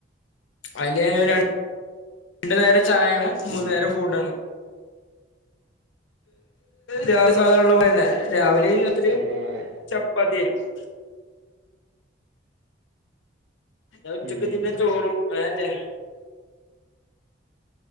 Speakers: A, on the left; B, on the right.
A: അയിലെ രണ്ടു നേരം ചായയാണ് മൂന്നു
B: ഉം
A: നേരം ഫുഡാണ് രാ സാധാരണ ഉള്ളപോലെനെ രാവിലെ രാത്രിയും
B: ഏഹ്
A: ചപ്പാത്തി ആയിരിക്കും പിന്നെ ഉച്ചക്കുചിന്ന
B: ഉം ഉം
A: ചോറും അതെന്നെ